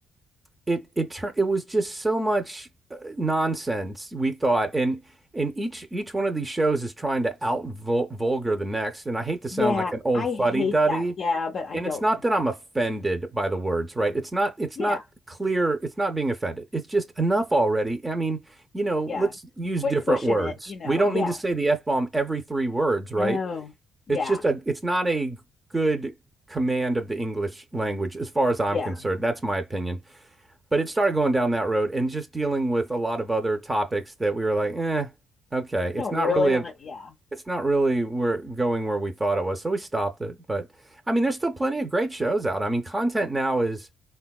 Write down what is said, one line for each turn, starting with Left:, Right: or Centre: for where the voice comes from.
Right: it it turned it was just so much uh, nonsense we thought and and each each one of these shows is trying to out vul vulgar the next and i hate to sound
Left: Yeah,
Right: like an old
Left: I
Right: fuddy-duddy
Left: hate that. Yeah, but I
Right: and
Left: don't
Right: it's not
Left: like.
Right: that
Left: it.
Right: I'm offended by the words, right? It's not it's
Left: Yeah,
Right: not clear, it's not being offended. It's just enough already. I mean, you know,
Left: yeah.
Right: let's use
Left: Quit
Right: different
Left: pushing
Right: words.
Left: it, you know.
Right: We don't
Left: Yeah.
Right: need to say the F-bomb every three words, right?
Left: no. Yeah.
Right: It's just a it's not a good command of the English language as far as I'm
Left: Yeah.
Right: concerned. That's my opinion. But it started going down that road and just dealing with a lot of other topics that we were like, eh, okay.
Left: You
Right: It's
Left: don't
Right: not
Left: really
Right: really
Left: want
Right: a
Left: to. Yeah.
Right: it's not really where going where we thought it was, so we stopped it. But I mean, there's still plenty of great shows out. I mean, content now is,